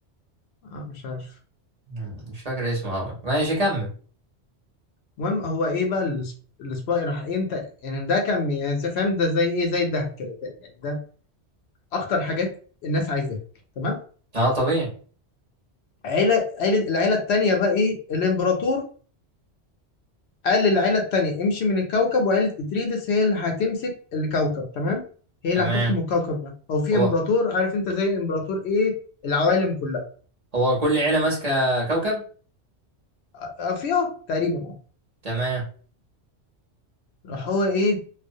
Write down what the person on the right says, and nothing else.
مم، مش فاكر اسمه اوي ماشي كمل
اه طبيعي
تمام
هو
هو كل عيلة ماسكة كوكب
تمام